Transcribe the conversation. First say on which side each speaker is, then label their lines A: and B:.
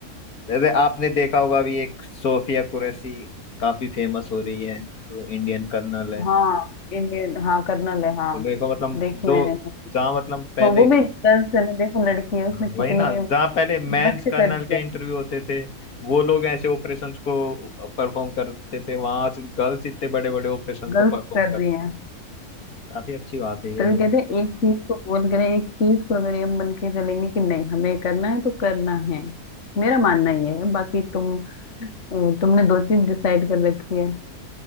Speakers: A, on the left; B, on the left.
A: जैसे आपने देखा होगा अभी एक सोफिया कुरैशी काफी फेमस हो रही है जो इंडियन कर्नल है
B: हाँ इंडियन हाँ कर्नल है हाँ
A: तो देखो मतलब
B: देखी
A: जो
B: मैंने
A: जहाँ मतलब पहले
B: वो वो भी गर्ल्स है मैं देखो लड़की है
A: हाँ,
B: उसमें कितनी
A: वही ना जहाँ पहले मेंस
B: मस्त
A: कर्नल
B: कर दिया
A: के इंटरव्यू होते थे वो लोग ऐसे ऑपरेशंस को परफॉर्म करते थे वहां आज गर्ल्स इतने बड़े बड़े ऑपरेशंस
B: गलत
A: को परफॉर्म
B: कर
A: कर
B: दिए हैं
A: काफी अच्छी बात है ये
B: तभी
A: भी
B: कहते हैं एक चीज को बोल करें एक चीज को अगर ये मन के चलेंगे कि नहीं हमें करना है तो करना है मेरा मानना ये है बाकी तुम अ, तुमने दो चीज डिसाइड कर रखी है